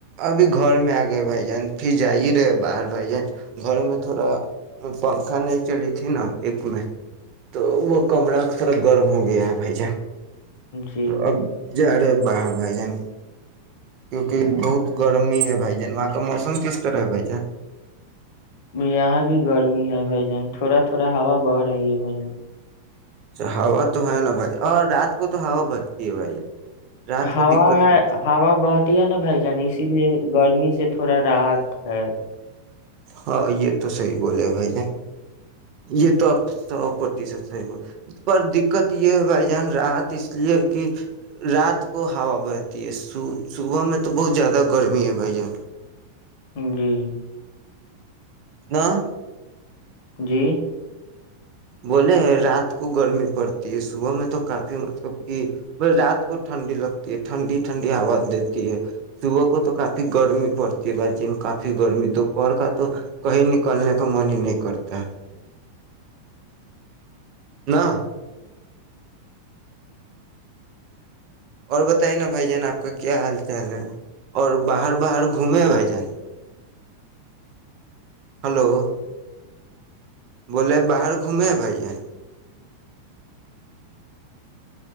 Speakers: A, on the right; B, on the left.
A: ابھی گھر میں آ گئے بھائی جان پھر جا ہی رہے باہر بھائی جان گھر میں تھوڑا پنکھا نہیں چلی تھی نا ایک میں تو وہ کمرہ تھوڑا گرم ہو گیا ہے بھائی جان
B: جی
A: اب ج رہے باہر بائ جائیں کیونکہ بہت گرمی ہے بھائی جان وہاں کا موسم کس طرح ہے بھائی جان
B: یہاں بھی گرمی بھائی جان تھوڑا پورا ہا بہ رہی ہے بھائی جن
A: اچھا ہوا تو ہے نا بھائی اور رات کو تو ہوا بچتی ہے بھائی رات
B: ہا
A: کو دقت
B: ہے
A: نہیں
B: ہا بہتی ہی ہے نا بھائی جان اسی لیے گرمی سے تھ تھڑا راحت ہے
A: ہاں یہ تو صحیح بولے بھائی جان یہ تو اب سو پرتیشت صحیح ب پر دقت یہ ہے بھائی جان رات اس لیے کہ رات کو ہوا بہتی ہے صبح میں تو بہت زیادہ گرمی ہے بھائی جان
B: <unintelligible>
A: نہ
B: جی
A: بولے رات کو گرمی پڑتی ہے صبح میں تو کافی مطلب کہ ب رات کو ٹھنڈی لگتی ہے ٹھنڈی ٹھنڈی آواز دیتی ہے صبح کو تو کافی گرمی پڑتی ہے بھ جین کافی گرمی دوپہر کا تو کہیں نکلنے کا من ہی نہیں کرتا ہے نہ اور بتے نا بھائی جان آپ کا کیا حال چال ہے اور باہر باہر گھومے ہیں بھائی جان ہلو بولے باہر گھومے بھائییا